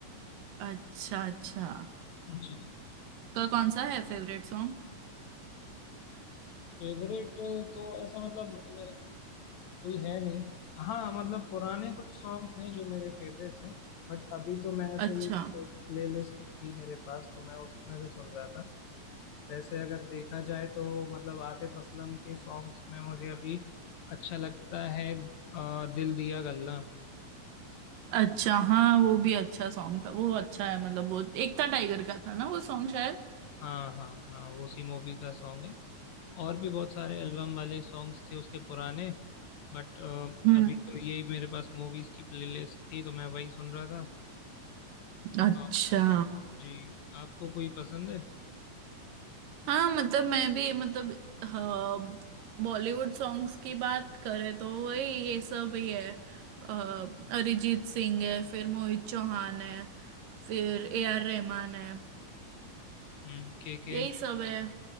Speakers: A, on the right; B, on the left.
A: अच्छा अच्छा
B: जी
A: आपका कौन सा है फेवरेट सॉन्ग
B: फेवरेट तो ऐसा मतलब मैं- कोई है नहीं हाँ मतलब पुराने कुछ सॉन्ग्स हैं जो मेरे फेवरेट्स हैं बट अभी तो मैं ऐसे
A: अच्छा
B: ही एक प्लेलिस्ट थी मेरे पास तो मैं उसमें से सुन रहा था वैसे अगर देखा जाए तो मतलब आतिफ असलम के सॉन्ग्स में मुझे अभी अच्छा लगता है आ, दिल दिया गल्ला
A: अच्छा हाँ वो भी अच्छा सॉन्ग था वो अच्छा है मतलब वो एकता टाइगर का था ना वो सॉन्ग शायद
B: हाँ हाँ हाँ वो सी मूवी का सॉन्ग है और भी बहुत सारे एल्बम वाले सॉन्ग्स थे उसके पुराने बट
A: हम्म
B: अभी तो यही मेरे पास मूवीज की प्लेलिस्ट थी तो मैं वही सुन रहा था
A: अच्छा
B: आ, जी आपको कोई पसंद है
A: हाँ मतलब मैं भी मतलब हाँ, बॉलीवुड सॉन्ग्स की बात करें तो वही ये सब ही है अ, अरिजीत सिंह है फिर मोहित चौहान है फिर ए आर रहमान है
B: हम्म के के
A: यही सब है